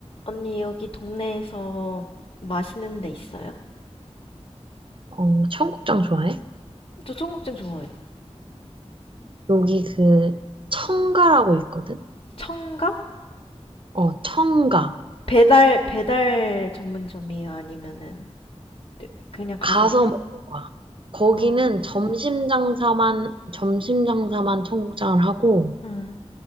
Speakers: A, on the left; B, on the right.
A: 언니, 여기 동네에서 맛있는 데 있어요?
B: 어, 청국장 좋아해?
A: 저 청국장 좋아해요.
B: 여기 그 청가라고 있거든?
A: 청가?
B: 어, 청가.
A: 배달, 배달 전문점이에요? 아니면은, 그냥 가서,
B: 가서 먹는 거야. 거기는
A: 아,
B: 점심 장사만, 점심 장사만 청국장을 하고,
A: 응.